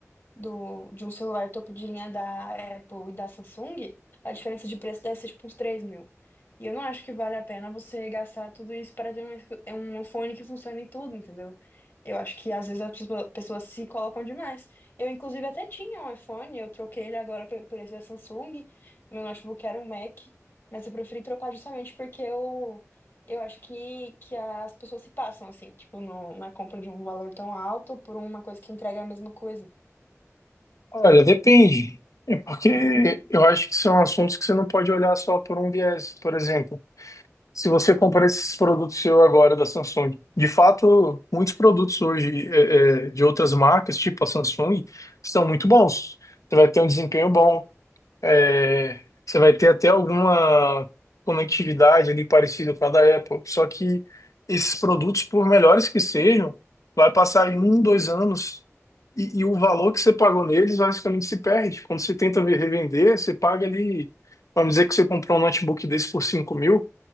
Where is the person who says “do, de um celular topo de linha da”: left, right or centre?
Left